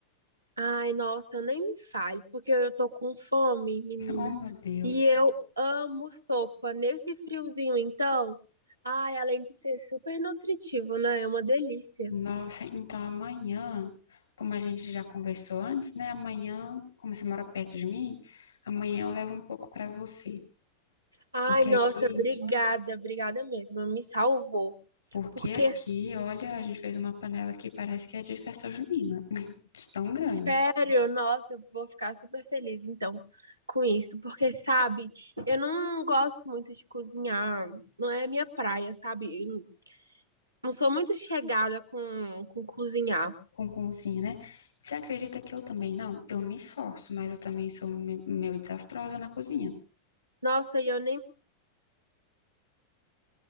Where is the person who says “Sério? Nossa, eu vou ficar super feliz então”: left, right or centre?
Right